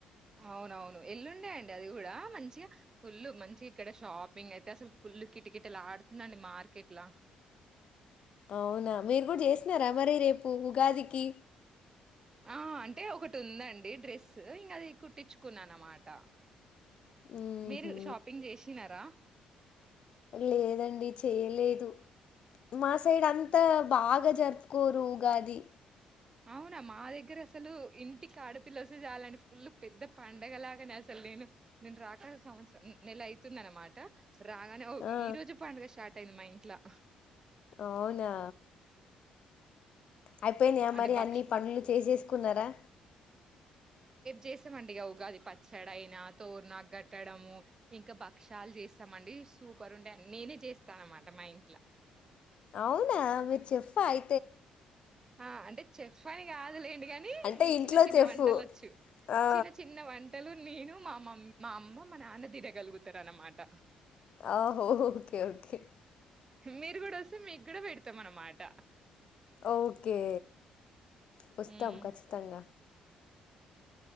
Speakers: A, on the right; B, on the left.
A: అవునవును ఎల్లుండే అండి అది కూడా మంచిగా ఫుల్లు మంచి ఇక్కడ షాపింగ్ అయితే అసలు ఫుల్ కిటకీటలాడుతుందండి మార్కెట్లా
B: అవునా మీరు కూడా చేసినారా మరి రేపు ఉగాదికి
A: ఆ అంటే ఒకటి ఉందండి డ్రెస్ ఇంకా అది కుట్టిచ్చుకున్నా అనమాట
B: ఉహు
A: మీరు షాపింగ్ చేషినారా
B: లేదండి చేయలేదు మా సైడ్ అంతా బాగా జరుపుకోరు ఉగాది
A: అవునా మా దగ్గర అసలు ఇంటికి ఆడపిల్ల వస్తే చాలండి ఫుల్ పెద్ద పండగలాగానే అసలు నేను నేను రాక సంవత్సరం నెల ఐతుంది అనమాట రాగానే ఓ
B: ఆ
A: ఈ రోజు పండుగ షార్ట్ టెన్ మా ఇంట్లా
B: అవునా అయిపోయినయా
A: అంటే
B: మరి
A: భక్ష
B: అన్ని పనులు చేసేసుకున్నారా
A: చేస్తామండి ఇగ ఉగాది పచ్చడైనా తోరనా గట్టడము ఇంకా భక్ష్యాలు చేస్తామండి సూపర్ ఉండే నేనే చేస్తా అనమాట మా ఇంట్ల
B: అవునా మీరు చెఫ్ ఆ ఐ
A: ఆ అంటే చెఫ్ అని కాదులేండి కాని
B: అంటే ఇంట్లో
A: చిన్న చిన్న
B: చెఫ్
A: వంటలు వచ్చు
B: ఆ
A: చిన్న చిన్న వంటలు నీను మామ్ మా అమ్మ మా నాన్న తినగలుగుతారనమాట
B: ఆహో ఓకే ఓకే
A: మీరు కూడా వస్తే మీకు కూడా పెడుతాం అనమాట
B: ఓకే వస్తాం
A: హ్మ్
B: ఖచ్చితంగా